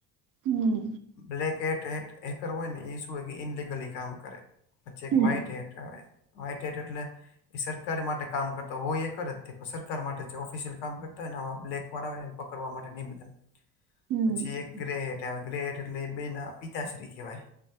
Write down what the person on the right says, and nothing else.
હમ
હમ
હમ